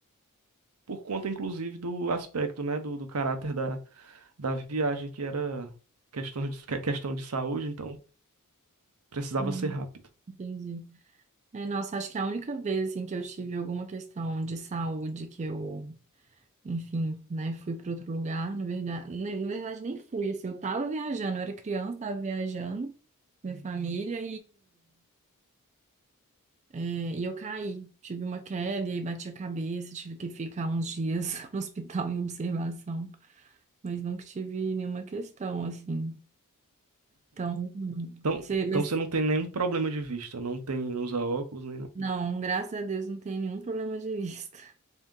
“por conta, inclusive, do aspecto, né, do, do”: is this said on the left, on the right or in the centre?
Right